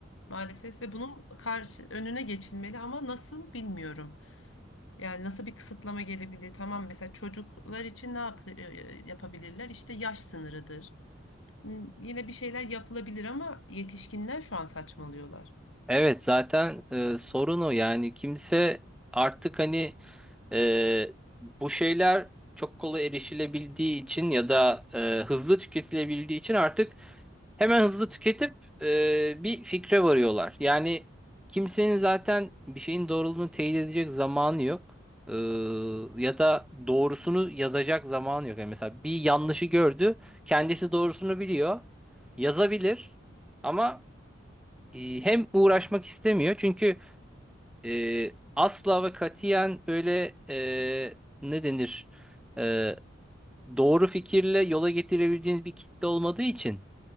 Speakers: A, on the left; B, in the centre.
A: Maalesef ve bunun karşı önüne geçilmeli ama nasıl bilmiyorum. Yani nasıl bir kısıtlama gelebilir? Tamam mesela çocuklar için ne yap- e, yapabilirler? İşte yaş sınırıdır. Hmm, Yine bir şeyler yapılabilir ama yetişkinler şu an saçmalıyorlar.
B: Evet zaten e, sorun o yani kimse artık hani Ee, bu şeyler çok kolay erişilebildiği için ya da e, hızlı tüketilebildiği için artık hemen hızlı tüketip e, bir fikre varıyorlar. Yani kimsenin zaten bir şeyin doğruluğunu teyit edecek zamanı yok. Ee, ya da doğrusunu yazacak zamanı yok. Yani mesela bir yanlışı gördü, kendisi doğrusunu biliyor, yazabilir ama e, hem uğraşmak istemiyor çünkü e, asla ve katiyen öyle e, ne denir E, doğru fikirle yola getirebileceğiniz bir kitle olmadığı için